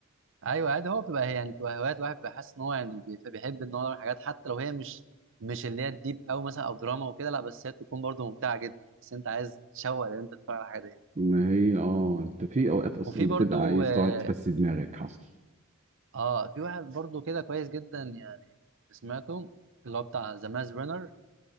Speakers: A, on the right; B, on the right.
A: ايوه عادي هو بتبقى يعني بتبقى هوايات واحد بيحس ان هو يعني بيف- بيحب ان هو يعمل حاجات حتى لو هي مش مش اللي هي الديب قوي مثلا او دراما وكده لا بس هي تكون برضه ممتعه جدا بس انت عايز تشوق ان انت تتفرج على الحاجه دي
B: ما هي اه انت في اوقات اصلا
A: وفي
B: بتبقى
A: برضه
B: عايز
A: آه،
B: تقعد تفسي دماغك حصل
A: اه في واحد برضو كده كويس جدا يعني سمعته اللي هو بتاع ذا ماز رانر